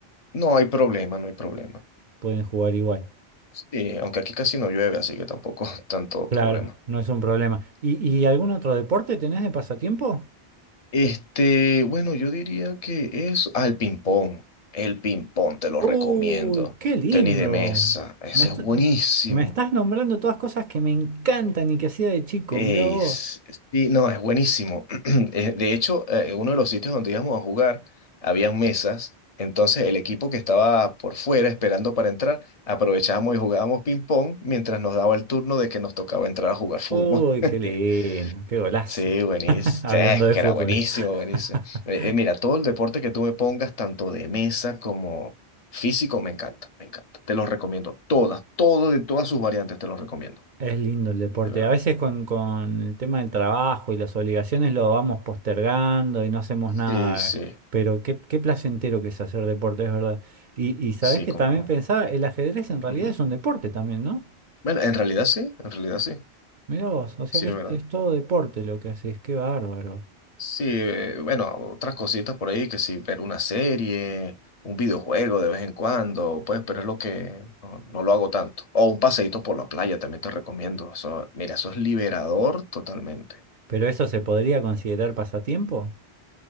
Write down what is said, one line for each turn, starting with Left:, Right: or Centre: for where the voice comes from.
Left: No hay problema, no hay problema.
Right: pueden jugar igual.
Left: Sí, aunque aquí casi no llueve, así que tampoco <laughs> tanto
Right: Claro,
Left: problema.
Right: no es un problema. ¿Y, y algún otro deporte tenés de pasatiempo?
Left: Este, bueno, yo diría que eso. Ah, el ping-pong. El ping-pong te lo
Right: ¡Uy,
Left: recomiendo.
Right: qué lindo!
Left: Tenis de mesa. Eso
Right: Me, est-
Left: es buenísimo.
Right: m- me estás nombrando todas cosas que me encantan y que hacía de chico,
Left: Es,
Right: mirá vos.
Left: sí, no, es buenísimo. <clears throat> Eh, De hecho, eh, uno de los sitios donde íbamos a jugar, habían mesas. Entonces, el equipo que estaba por fuera esperando para entrar, aprovechábamos y jugábamos ping-pong mientras nos daba el turno de que nos tocaba entrar a jugar fútbol.
Right: ¡Uy,
Left: <laughs>
Right: qué lindo! ¡Qué golazo!
Left: Sí, buenísimo.
Right: <laughs> Hablando
Left: Sí, es
Right: de
Left: que
Right: fútbol.
Left: era buenísimo,
Right: <laughs>
Left: buenísimo. Eh, eh, mira, todo el deporte que tú me pongas, tanto de mesa como físico, me encanta, me encanta. Te los recomiendo. Todas, todo de todas sus variantes te los recomiendo,
Right: Es lindo el deporte.
Left: de verdad.
Right: A veces con, con el tema del trabajo y las obligaciones lo vamos postergando y no hacemos
Left: Sí,
Right: nada.
Left: sí,
Right: Pero qué, qué placentero que es hacer deporte, es verdad. Y, y sabés
Left: sí,
Right: que
Left: cómo
Right: también
Left: no.
Right: pensaba, el ajedrez en realidad
Left: Ujú.
Right: es un deporte también, ¿no?
Left: Bueno, en realidad sí, en realidad sí.
Right: Mirá vos, o sea
Left: Sí,
Right: que
Left: es
Right: es,
Left: verdad.
Right: es todo deporte lo que haces, qué bárbaro.
Left: Sí, eh, bueno, otras cositas por ahí que sí, ver una serie, un videojuego de vez en cuando, pues, pero es lo que no, no lo hago tanto. O un paseíto por la playa también te recomiendo. Eso, mira, eso es liberador totalmente.
Right: Pero eso se podría considerar pasatiempo?